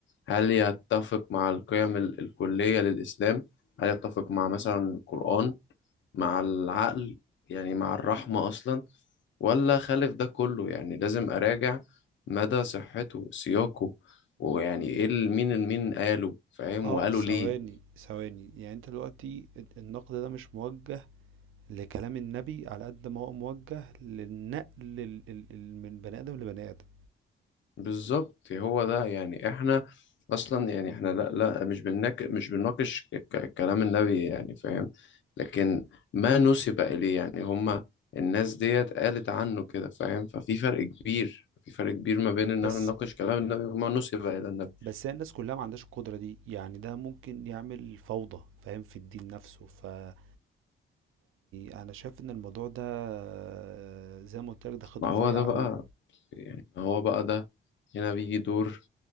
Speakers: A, on the left (about 65°); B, on the right (about 80°).
A: هل يتفق مع القيم ال- الكلية للإسلام هل يتفق مع مثلا القرآن مع العقل يعني مع الرحمة أصلا ولا خالف ده كله يعني لازم أراجع مدى صحته سياقه ويعني إيه ال- مين مين قاله فاهم
B: آه،
A: وقاله
B: ثواني،
A: ليه
B: ثواني، يعني أنت دلوقتي الت النقد ده مش موجّه لكلام النبي على قد ما هو موجّه للنقل ال ال ال من بني آدم لبني آدم،
A: بالظبط هو ده يعني إحنا أصلا يعني إحنا لا لا مش بنناك مش بنناقش ك- ك- كلام النبي يعني فاهم لكن ما نسب إليه يعني هما الناس ديت قالت عنه كده فاهم ففي فرق كبير في فرق كبير ما بين إن
B: بس
A: إحنا نناقش كلام النبي وما نسب إلى النبي
B: بس هي الناس كلّها ما عندهاش القدرة دي، يعني ده ممكن يعمل فوضى فاهم، في الدين نفسه، فيعني أنا شايف إن الموضوع ده آه، زي ما قُلت لك ده خيط
A: ما
B: رفيّع
A: هو ده بقى
B: أوي
A: يعني ما هو بقى ده هنا بيجي دور